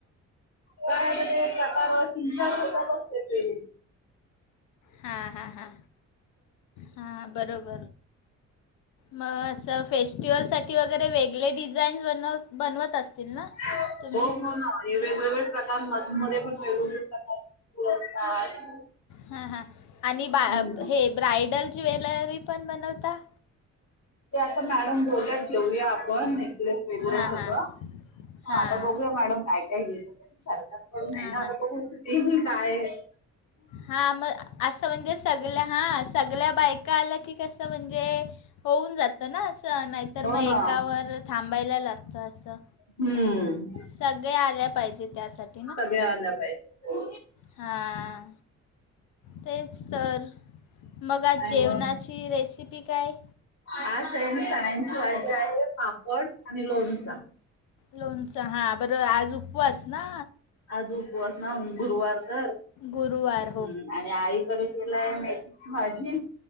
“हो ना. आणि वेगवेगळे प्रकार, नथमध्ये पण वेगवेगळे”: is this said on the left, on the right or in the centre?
Left